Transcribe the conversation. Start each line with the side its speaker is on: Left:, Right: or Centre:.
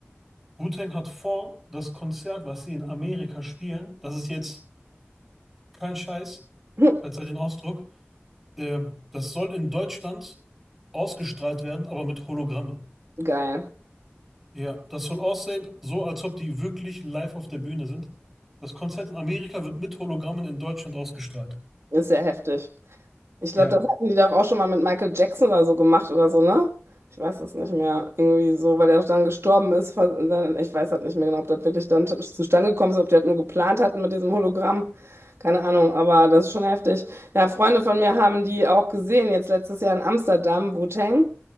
Centre: Wu-Tang hat vor, das Konzert, was sie in Amerika spielen, das ist jetzt kein Scheiß,
Right: <laughs> Hm,
Centre: verzeiht den Ausdruck, der, das soll in Deutschland ausgestrahlt werden, aber mit Hologrammen.
Right: Geil.
Centre: Ja, das soll aussehen, so als ob die wirklich live auf der Bühne sind. Das Konzert in Amerika wird mit Hologrammen in Deutschland ausgestrahlt.
Right: Ist ja heftig. Ich glaube,
Centre: Ja,
Right: das hatten die doch auch schon mal mit Michael Jackson oder so gemacht oder so, ne? Ich weiß es nicht mehr. Irgendwie so, weil er dann gestorben ist. ver- und dann- Ich weiß halt nicht mehr genau, ob das wirklich dann t- zustande gekommen ist, ob die das nur geplant hatten mit diesem Hologramm. Keine Ahnung, aber das ist schon heftig. Ja, Freunde von mir haben die auch gesehen, jetzt letztes Jahr in Amsterdam, Wu-Tang.